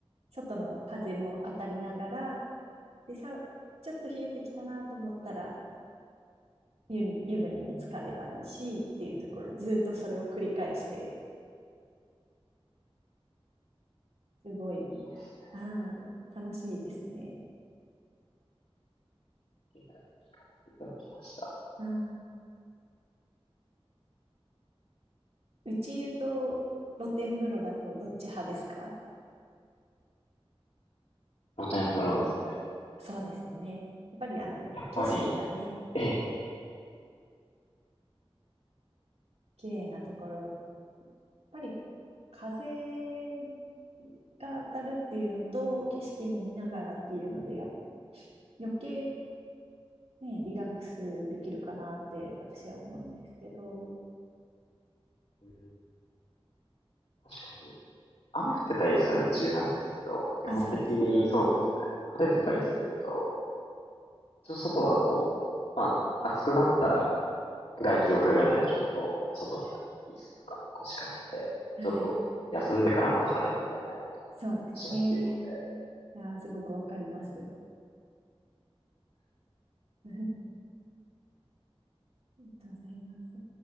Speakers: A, on the right; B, on the left.
A: 外の風も当たりながら、でさ、ちょっと冷えてきたなと思ったら、湯に湯船に浸かればいいしっていうところ、ずっとそれを繰り返して、すごい、
B: いいですね。
A: はい、
B: っ
A: 楽しいですね。
B: ていうのを聞かせていただきました。
A: うん。内湯と露天風呂だとどっち派ですか
B: 露天風呂ですね。
A: そうですよね。やっぱりあの、
B: やっぱり、
A: 景色がね、
B: ええ、
A: 綺麗なところ、やっぱり風が当たるっていうのと、景色も見ながらっていうので、やっ余計ね、リラックスできるかなって私は思うんですけど。
B: うん、確かに、雨降ってたりしたら宇宙なんですけど、基本的にそうですね。
A: あ、そうですね。
B: 晴れてたりすると、ちょっと外だと、まあ、暑くなったら、外気浴がてらちょっと、外にある椅子とかに腰掛けて、
A: はい。
B: ちょっと休んでからまた入るみたいなこともしやすいので、
A: そうですね。あー、すごくわかります。<laughs> ありがとうございます。